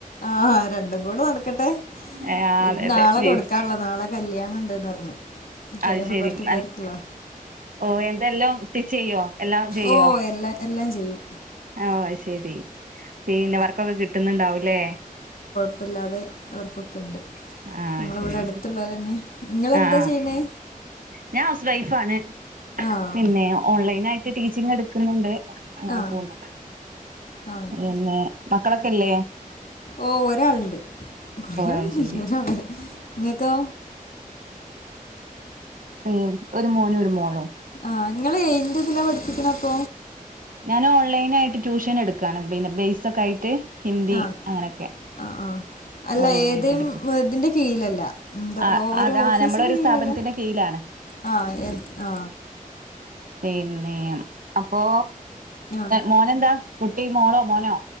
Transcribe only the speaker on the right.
ഏഹ് ആഹ്
അതെ അതെ
ജയിച്ച്
അത്
ശെരി
നൽ
ഓ എന്തെല്ലാം സ്റ്റിച്ച് ചെയ്യോ എല്ലാം ചെയ്യോ
ആഹ ശെരി പിന്നെ വർക്കൊക്കെ കിട്ടുന്നുണ്ടാവൂല്ലേ
ആഹ്
അത് ശെരി
അത്
ശെരി
ആഹ് ആഹ്
ഞാൻ ഹൗസ് വൈഫാണ്
പിന്നെ ഓൺലൈനായിട്ട് ടീച്ചിങ് എട്ക്ക്ന്നുണ്ട് അങ്ങനെ
പോവുന്നു
പിന്നെ മക്കളൊക്കെല്ലേ.
അത് ശെരി
പീൻ ഒര് മോന് ഒരു മോളോ
ഞാൻ ഓൺലൈനായിട്ട് ട്യൂഷൻ എട്ക്കാണ് പിന്നെ ബേസോക്കെ ആയിട്ട് ഹിന്ദി
അങ്ങനെയൊക്കെ
ഓൺലൈനായിട്ട്
എടുക്കും
ആ
അതാ
നമ്മളൊരു
സ്ഥാപനത്തിന്റെ കീഴിലാണ്
പിന്നെ അപ്പോ
മോനെന്താ കുട്ടി മോളോ മോനോ